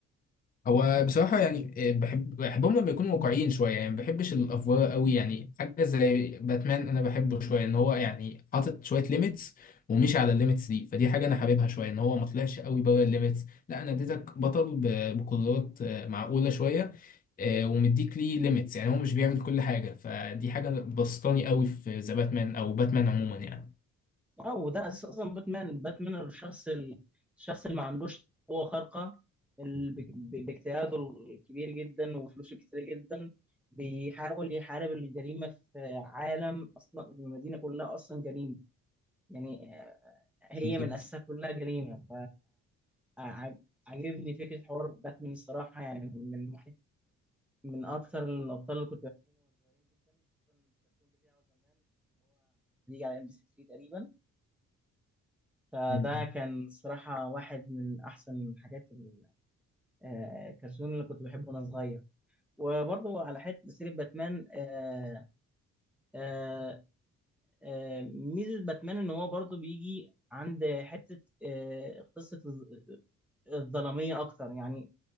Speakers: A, on the left (about 30°); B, in the centre.
A: هو بصراحة يعني آه، بحب بحبهم لما يكونوا واقعيين شوية يعني ما بحبش الأفوار قوي يعني حاجة زي باتمان أنا بحبه شوية إن هو يعني حاطط شوية ليميتس ومشي على الليميتس دي فدي حاجة أنا حاببها شوية إن هو ما طلعش قوي بره الليميتس لا أنا اديتك بطل ب- بقدرات آه، معقولة شوية آه، ومديك ليه ليميتس يعني هو مش بيعمل كل حاجة فدي حاجة بسطاني قوي في ذا باتمان أو باتمان عموما يعني
B: اه وده اساس اصلا باتمان باتمان الشخص ال- الشخص اللي ما عندوش قوه خارقه اللي ب- ب- باجتهاده الكبير جدا وفلوسه كتير جدا بيحاول يحارب الجريمه في عالم اصلا المدينه كلها اصلا جريمه يعني آه، هي
A: بالظبط
B: من اساسها كلها جريمه فعجبني فكره حوار باتمان الصراحه يعني من واحد من اكثر الابطال اللي فده
A: مم.
B: كان صراحة واحد من أحسن حاجات ال- آه، الكرتون اللي كنت بحبه وأنا صغير وبرضه على حتة سيرة باتمان آه، آه، آه، ميزة باتمان إن هو برضه بيجي عند حتة آه، قصة الظ- الظلامية أكتر يعني